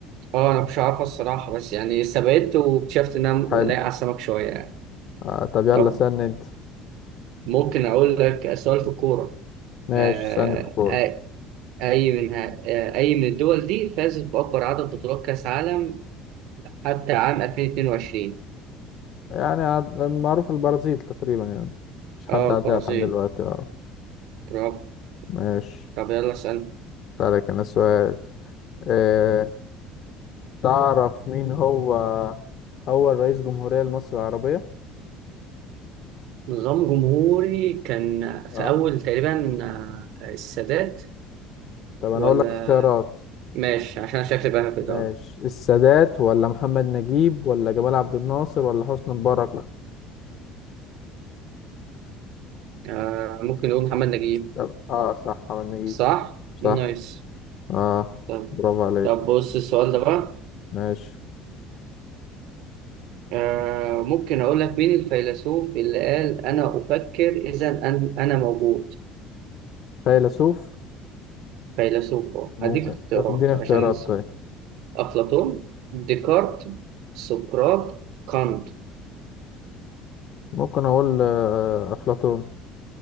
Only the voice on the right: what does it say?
اه انا مش عارفه الصراحه بس يعني استبعدت واكتشفت ان انا
لايق على السمك شويه يعني
طب
ممكن اقول لك سؤال في الكوره
آه
آه، اي من ها- آه، اي من الدول دي فازت باكبر عدد بطولات كاس عالم حتى عام 2022
اه
البرازيل
برافو
طب يلا اسال
نظام جمهوري كان في
أول تقريبا آه، السادات
ولا
ماشي عشان أنا شكلي بقى كده
آه، ممكن نقول محمد نجيب
صح؟
نايس
طب
طب بص السؤال ده بقى
آه، ممكن أقول لك مين الفيلسوف اللي قال أنا أفكر إذا أن- أنا موجود
فيلسوف أهو.
هديك اختيارات
عشان أنسى.
أفلاطون ديكارت سقراط كانت